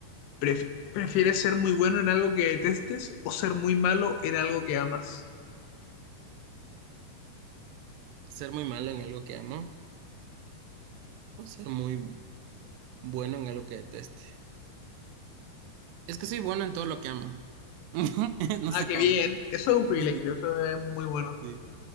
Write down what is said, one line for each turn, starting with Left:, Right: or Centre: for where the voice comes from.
Left: pref- ¿prefieres ser muy bueno en algo que detestes o ser muy malo en algo que amas?
Right: ser muy malo en algo que amo o ser muy bueno en algo que deteste. Es que soy bueno en todo lo que amo. <laughs> No
Left: Ah,
Right: sé
Left: qué
Right: cómo.
Left: bien. Eso es un privilegio.
Right: Sí,
Left: Eso es muy bueno.
Right: sí.